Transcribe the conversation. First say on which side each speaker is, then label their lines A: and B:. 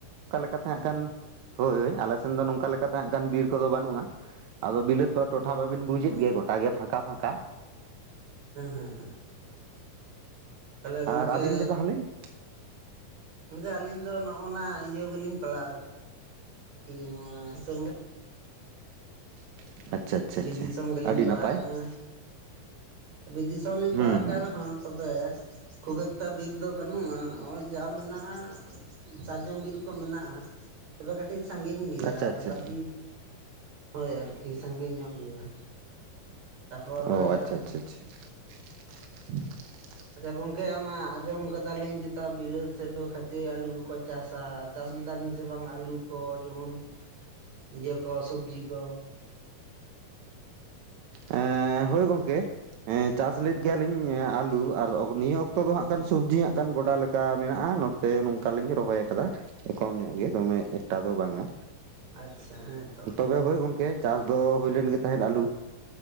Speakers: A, on the right; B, on the right.
A: ᱠᱟᱛᱷᱟ ᱦᱟᱸᱜ ᱠᱷᱟᱱ ᱦᱳᱭ ᱟᱞᱮ ᱥᱮᱱ ᱫᱚ ᱱᱚᱝᱠᱟ ᱞᱮᱠᱟᱛᱮ ᱟᱸᱜ ᱠᱷᱟᱱ ᱵᱤᱨ ᱠᱚᱫᱚ ᱵᱟᱱᱩᱜ-ᱟ ᱟᱫᱚ ᱵᱤᱞᱟᱹᱛ᱾ ᱴᱚᱴᱷᱟ ᱵᱟᱵᱤᱱ ᱵᱩᱡᱮᱫ
B: ᱦᱮᱸ
A: ᱜᱮᱭᱟ ᱜᱚᱴᱟ ᱜᱮ ᱯᱷᱟᱸᱠᱟ ᱯᱷᱟᱸᱠᱟ᱾
B: ᱦᱮᱸ ᱦᱮᱸ ᱛᱟᱦᱚᱞᱮ
A: ᱟᱨ
B: ᱜᱚᱝᱠᱮ
A: ᱟᱵᱤᱱ ᱫᱚ ᱛᱟᱦᱞᱮ?
B: ᱜᱚᱝᱠᱮ ᱟᱞᱤᱧ ᱫᱚ ᱱᱚᱜ-ᱱᱟ ᱤᱭᱟᱹ ᱜᱮᱞᱤᱧ ᱯᱟᱲᱟᱜ-ᱟ ᱟᱨ ᱠᱤ ᱱᱚᱣᱟ ᱥᱚ
A: <unintelligible>
B: ᱵᱤᱨ
A: ᱟᱪᱪᱷᱟ
B: ᱫᱤᱥᱚᱢ ᱜᱮᱞᱤᱧ
A: ᱟᱹᱰᱤ
B: ᱯᱟᱲᱟᱜ
A: ᱱᱟᱯᱟᱭ
B: ᱠᱟᱱᱟ ᱦᱮᱸ ᱵᱤᱨ ᱫᱤᱥᱚᱢ ᱞᱤᱧ
A: ᱦᱩᱸ
B: ᱯᱟᱲᱟᱜ
A: ᱦᱩᱸ
B: ᱠᱟᱱ ᱨᱮᱦᱚᱸ᱾ ᱛᱚᱵᱮ ᱠᱷᱩᱵ ᱮᱠᱴᱟ ᱵᱤᱨ ᱫᱚ ᱵᱟᱱᱩᱜ-ᱟ ᱦᱚᱸᱜ-ᱚᱭ ᱡᱟ ᱢᱮᱱᱟᱜ-ᱟ᱾ ᱥᱟᱨᱡᱚᱢ ᱵᱤᱨ ᱠᱚ ᱢᱮᱱᱟᱜ-ᱟ, ᱛᱚᱵᱮ ᱠᱟᱹᱴᱤᱡ ᱥᱟᱺᱜᱤᱧ ᱜᱮᱭᱟ
A: ᱟᱪᱪᱷᱟ
B: ᱟᱨ
A: ᱟᱪᱪᱷᱟ
B: ᱵᱟᱹᱠᱤ ᱦᱳᱭ ᱟᱨᱠᱤ ᱥᱟᱺᱜᱤᱧᱚᱜ ᱜᱮᱭᱟ᱾ ᱛᱟᱯᱚᱨᱮ
A: ᱚ <inaudible>
B: ᱛᱚᱵᱮ ᱜᱚᱝᱠᱮ ᱚᱱᱟ ᱟᱸᱡᱚᱢ ᱠᱟᱫᱟᱞᱤᱧ ᱪᱮᱛᱟ ᱵᱤᱞᱟᱹᱛ ᱥᱮᱫ ᱫᱚ ᱠᱷᱟᱪᱮ ᱟᱹᱞᱩ ᱠᱚᱠᱚ ᱪᱟᱥᱟ᱾ ᱪᱟᱥ ᱞᱮᱫᱟᱵᱤᱱ ᱥᱮ ᱵᱟᱝ ᱟᱹᱞᱩ ᱠᱚ, ᱡᱮᱢᱚᱱ ᱤᱭᱟᱹ ᱠᱚ ᱥᱚᱵᱽᱡᱤ ᱠᱚ?
A: ᱮᱸᱻ ᱦᱳᱭ ᱜᱚᱝᱠᱮ ᱦᱮᱸ ᱪᱟᱥ ᱞᱮᱫ ᱜᱮᱭᱟᱞᱤᱧ ᱟᱹᱞᱩ, ᱟᱨ ᱱᱤᱭᱟᱹ ᱚᱠᱛᱚ ᱫᱚ ᱦᱟᱸᱜ ᱠᱷᱟᱱ ᱥᱚᱵᱽᱡᱤ ᱦᱟᱸᱜ ᱠᱷᱟᱱ ᱜᱚᱰᱟ ᱞᱮ ᱠᱟ ᱢᱮᱱᱟᱜ-ᱟ ᱱᱚᱛᱮ ᱱᱚᱝᱠᱟ ᱞᱤᱧ ᱨᱚᱦᱚᱭ ᱟᱠᱟᱫᱟ ᱠᱚᱢ ᱧᱚᱜ ᱜᱮ, ᱫᱚᱢᱮ ᱮᱠᱴᱟ ᱫᱚ ᱵᱟᱝᱟ᱾
B: ᱟᱪᱪᱷᱟ ᱦᱮᱸ ᱛᱚ᱾
A: ᱦᱳᱭ ᱦᱳᱭ ᱜᱚᱝᱠᱮ, ᱪᱟᱥ ᱫᱚ ᱦᱩᱭᱞᱮᱱ ᱜᱮ ᱛᱟᱦᱮᱸᱫ ᱟᱹᱞᱩ᱾